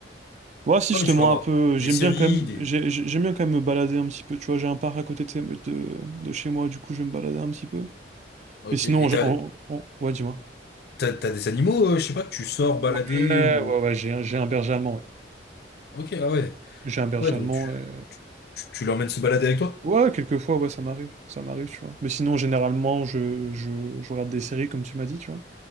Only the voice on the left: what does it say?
Ouais,
mais
tu
peux avoir
des
séries,
des...
Ok,
et
t'as,
t'as, t'as des animaux, euh, je sais pas, que tu sors balader
ou...
Ok, ah ouais.
Ouais, donc
tu,
tu, tu l'emmènes se balader avec toi?